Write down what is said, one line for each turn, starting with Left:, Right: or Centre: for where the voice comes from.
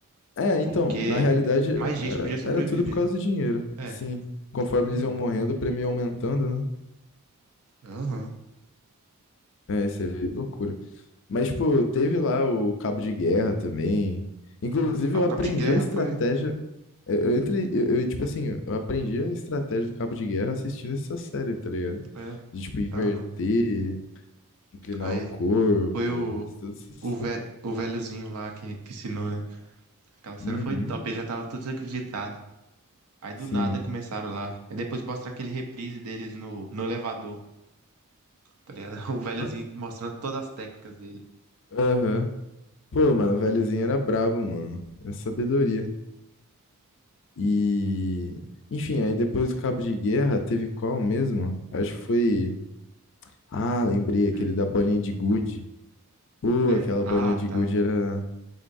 Left: É,
Right: Porque
Left: então, na realidade,
Right: mais
Left: era,
Right: gente podia sobreviver,
Left: era tudo por causa
Right: né?
Left: do dinheiro.
Right: É,
Left: Sim. Conforme
Right: uhum,
Left: eles iam morrendo, o prêmio ia aumentando, né?
Right: aham.
Left: É, isso é loucura. Mas, tipo, teve lá o cabo de guerra também. Inclusive,
Right: Ah,
Left: eu
Right: O
Left: aprendi
Right: cabo de guerra
Left: a estratégia.
Right: foi,
Left: Eu eu entrei, eu, eu, tipo assim, eu aprendi a estratégia do cabo de guerra assistindo essa série, tá ligado?
Right: é,
Left: De, tipo, inverter,
Right: aham.
Left: inclinar
Right: Aí,
Left: o corpo,
Right: foi o,
Left: tudo isso.
Right: o, ve, o velhozinho lá que, que ensinou, né? Aquela cena
Left: Uhum,
Right: foi top, ele já tava todo desacreditado. Aí do
Left: sim.
Right: nada começaram lá. Aí depois mostra aquele reprise deles no, no elevador, tá ligado? <laughs> O velhozinho
Left: Ah,
Right: mostrando todas as técnicas dele.
Left: Aham. Pô, mano, o velhozinho era brabo, mano. É sabedoria.
Right: Sim,
Left: E, enfim, aí depois do cabo de guerra, teve qual mesmo? Acho que foi. Ah, lembrei,
Right: Deixa eu ver.
Left: aquele da bolinha de gude. Pô,
Right: É?
Left: aquela
Right: Ah,
Left: bolinha de
Right: tá.
Left: gude era...